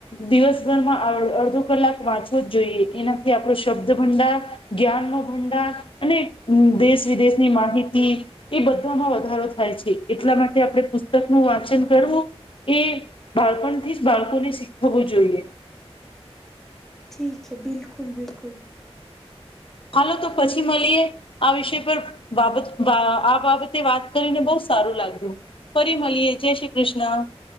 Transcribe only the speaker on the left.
દિવસભરમાં અડધો કલાક વાંચવો જ જોઈએ એનાથી આપણો શબ્દ ભંડાર જ્ઞાન નું ભંડાર અને દેશ વિદેશની માહિતી એ બધામાં વધારો થાય છે એટલા માટે આપણે પુ સ્તક નું વાંચન કરવું એ બાળપણથી જ બાળકોને શીખવવું જોઈએ.
હાલો તો પછી મળીએ. આ વિષય પર બાબત આ બાબતે વાત કરીને બહુ સારું લાગ્યું. ફરી મલીએ જય શ્રી કૃષ્ણ.